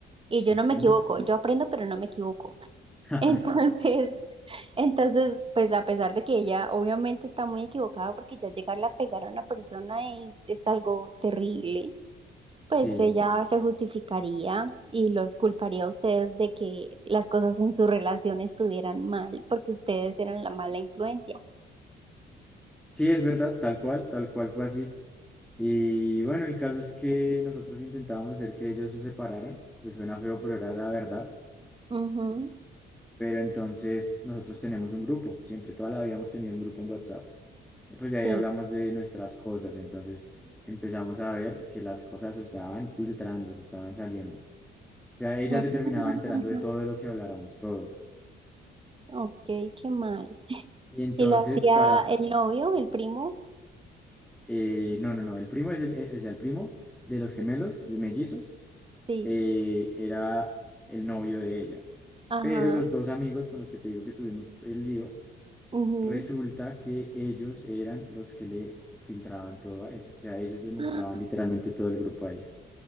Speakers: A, on the right; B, in the centre.
A: Y yo
B: ujú,
A: no me equivoco. Yo aprendo, pero no me equivoco. <laughs>
B: <laughs>
A: Entonces, entonces, pues a pesar de que ella obviamente está muy equivocada porque ya llegarle a pegar a una persona es, es algo terrible. Pues
B: Sí,
A: ella se justificaría y los culparía a ustedes de que las cosas en su relación estuvieran mal, porque ustedes eran la mala influencia.
B: sí, es verdad, tal cual, tal cual fue así. Y bueno, el caso es que nosotros intentábamos hacer que ellos se separaran, pues suena feo, pero era la verdad.
A: Ujú,
B: Pero entonces nosotros tenemos un grupo, siempre toda la vida hemos tenido un grupo en WhatsApp. Y Pues de ahí
A: sí.
B: hablamos de nuestras cosas, entonces empezamos a ver que las cosas se estaban filtrando, se estaban saliendo. O sea, ella
A: <laughs>
B: se terminaba enterando de todo
A: Mm,
B: lo que habláramos, todo.
A: Ok, qué mal.
B: Y entonces
A: ¿Y lo hacía
B: para,
A: el novio, el primo?
B: eh, no, no, no, el primo es el, eh, o sea, el primo de los gemelos, de mellizos,
A: Sí.
B: eh, era el novio de ella.
A: Ajá.
B: Pero los dos amigos con los que te digo que tuvimos el lío,
A: ujú.
B: Resulta que ellos eran los que le filtraban todo a ella. O sea, ellos le mostraban
A: <gasps>
B: literalmente todo el grupo a ella.